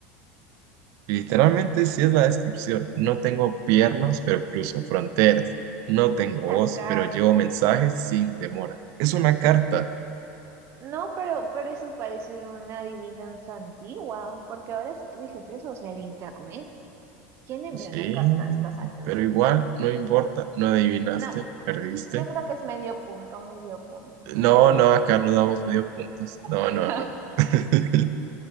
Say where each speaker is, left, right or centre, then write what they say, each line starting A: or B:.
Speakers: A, on the right (about 60°); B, on the right (about 40°).
A: Literalmente sí es la descripción. No tengo piernas, pero cruzo fronteras. No tengo voz,
B: La carta.
A: pero llevo mensajes sin demora. Es una carta.
B: No, pero, pero eso parece una adivinanza antigua, porque ahora si tú dices eso, o sea, el internet, ¿quién envía
A: Sí,
B: una carta a estas alturas?
A: pero igual, no importa, no adivinaste,
B: No,
A: perdiste.
B: yo creo que es medio punto, medio punto.
A: No, no, acá no damos medio puntos. No,
B: <laughs>
A: no, no, no. <laughs>